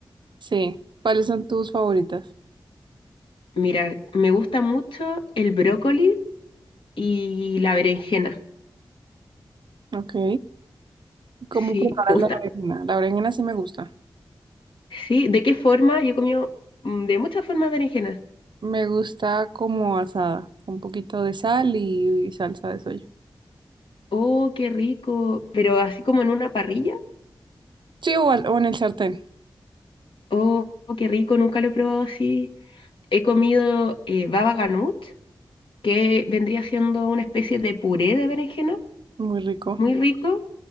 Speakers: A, on the right; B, on the left.
A: Sí. ¿Cuáles son tus favoritas?
B: Mira, me gusta mucho el brócoli y la berenjena.
A: Ok. ¿Cómo
B: Sí,
A: preparas
B: me gusta.
A: la berenjena? La berenjena sí me gusta.
B: Sí, ¿de qué forma? Yo he comido mm, de muchas formas berenjenas.
A: Me gusta como asada, con un poquito de sal y, y salsa de soya.
B: Oh, qué rico. Pero así como en una parrilla.
A: Sí, o, al- o en el sartén.
B: Oh, qué rico. Nunca lo he probado así. He comido eh, baba ganoush, que vendría siendo una especie de puré de berenjena.
A: Muy rico.
B: Muy rico.